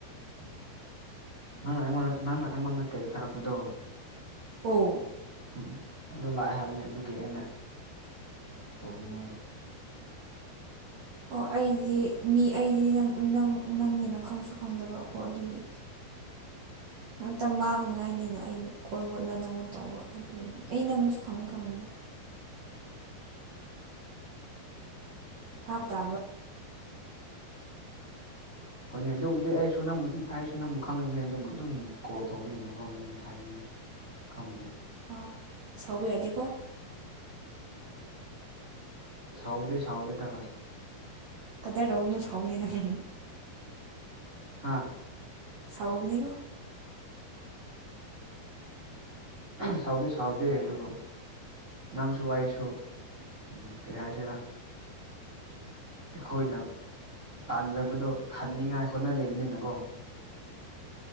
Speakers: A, on the right; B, on the right.
A: ꯅꯪ ꯑꯩꯉꯣꯟꯗ ꯅꯪ ꯑꯩꯉꯣꯟ ꯅꯠꯇꯦ ꯁꯥꯔꯛꯄꯗꯣ
B: ꯑꯣ
A: ꯎꯝ ꯑꯗꯨ ꯂꯥꯛꯑꯦ ꯍꯥꯏꯕꯅꯦ ꯑꯗꯨꯒꯤ ꯑꯩꯅ ꯇꯧꯕꯅꯦꯕ
B: ꯑꯣ ꯑꯩꯗꯤ ꯃꯤ ꯑꯩꯗꯤ ꯅꯪ ꯅ ꯅꯪꯒꯤ ꯅꯪ ꯈꯪꯁꯨ ꯈꯪꯗꯕꯀꯣ ꯑꯗꯨꯒꯤ ꯃꯇꯝ ꯃꯥꯡꯅꯤꯉꯥꯏꯅꯤꯅ ꯑꯩꯗꯤ ꯀꯣꯜ ꯃꯨꯠꯂ ꯅꯪꯉꯣꯟ ꯇꯧꯕ ꯑꯗꯨꯏꯅꯤ ꯑꯩ ꯅꯪꯁꯨ ꯈꯪ ꯈꯪꯗꯦ ꯍꯥꯥꯞ ꯇꯕ
A: ꯍꯣꯏꯅꯦ ꯑꯗꯨꯕꯨꯗꯤ ꯑꯩꯁꯨ ꯑꯩꯁꯨ ꯅꯪꯕꯨ ꯈꯪꯒꯗꯅꯦ ꯑꯗꯨꯕꯨ ꯑꯗꯨꯝ ꯀꯣꯜ ꯇꯧꯕꯅꯤꯅꯀꯣ ꯑꯗꯨꯒꯤ ꯍꯥꯏꯕꯅꯤꯅ ꯈꯪꯗꯦ
B: ꯑ ꯁꯥꯎꯕ ꯌꯥꯗꯦꯀꯣ
A: ꯁꯥꯎꯕꯗꯤ ꯁꯥꯎꯗꯦꯗ ꯍꯣꯏ
B: ꯀꯗꯔ ꯔꯧꯅꯨ ꯁꯥꯎꯕꯅꯤ ꯅꯪ ꯍꯨꯝ ꯍꯨꯝ
A: ꯍꯥꯥ
B: ꯁꯥꯥꯎꯒꯅꯤꯉꯣ
A: ꯎꯝ ꯁꯥꯎꯗꯤ ꯁꯥꯎꯗꯦ ꯑꯗꯨꯕꯨ ꯅꯪꯁꯨ ꯑꯩꯁꯨ ꯎꯝ ꯀꯔꯤ ꯍꯥꯏꯁꯤꯔꯥ ꯑꯩꯈꯣꯏꯅ ꯇꯥꯟꯖꯕꯗꯣ ꯊꯟꯅꯤꯡꯉꯥꯏ ꯍꯣꯠꯅꯔꯤꯕꯅꯤꯅꯀꯣ